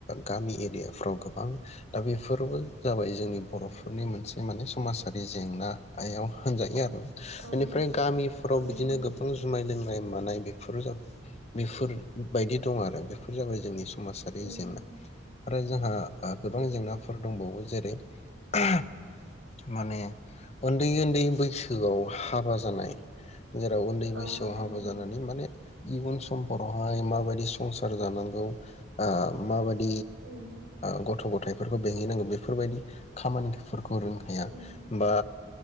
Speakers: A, on the left; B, on the right.
A: गामि एरियाफ्राव गोबां दा बेफोरबो जाबाय। जोंनि बर'फोरनि मोनसे माने समाजारि जेंनायाव होनजायो आरो।
B: औ
A: इनिफ्राय गामिफोराव
B: औ
A: बिदिनो
B: नंगौ
A: गोबां जुमाय लों नाय मानाय बेफोर जाबा बेफोर बायदि दं आरो बेफोर जाबाय जोंनि स माजारि
B: उम
A: जेंना आरो जोंहा, आ- गोबां
B: उम
A: जेंनाफोर। दंबावो जेरै - माने उन न्दै उन्दै बैसोआव हाबा जानाय जेराव उन्दै
B: औ
A: बैसोआव
B: थारैनो
A: हाबा जानानै माने इयुन समफोरावहाय माबायदि संसार जानांगौ। औ ओ-माबाद
B: उम
A: ओ-गथ' गथ थायफोरखौ बेंहैनांगौ बेफोरबायदि। खामानिफोर खौ रोंहैया
B: उम
A: बा